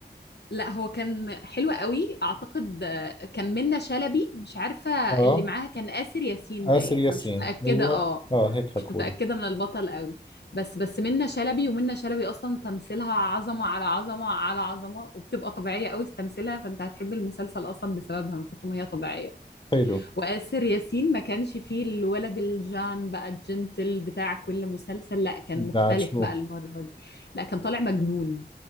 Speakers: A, on the left; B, on the left.
A: لا هو كان حلو قوي اعتقد آه، كان منة شلبي مش عارفه
B: اه
A: اللي معاها كان آسر ياسين
B: آسر
A: باين
B: ياسين
A: انا مش متاكده
B: ايوه
A: اه
B: اه هيك حكولي
A: مش متاكده من البطل قوي بس بس منة شلبي ومنة شلبي اصلا تمثيلها عظمه على عظمه على عظمه وبتبقى طبيعيه قوي في تمثيلها فانت هتحب المسلسل اصلا بسببها من كتر ما هي طبيعيه
B: حلو
A: وآسر ياسين ما كانش فيه الولد الجان بقى الجنتل بتاع كل مسلسل لا كان
B: بعد
A: مختلف
B: شو
A: بقى المره دي لا كان طالع مجنون